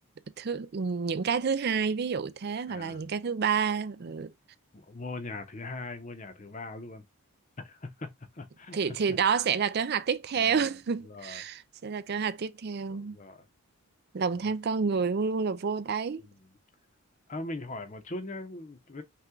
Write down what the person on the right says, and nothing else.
thứ những cái thứ hai ví dụ thế
hoặc là những cái thứ ba ừ.
thì thì đó sẽ là kế hoạch tiếp theo
<laughs>
sẽ là kế hoạch tiếp theo
lòng
tham
con người luôn luôn là vô đáy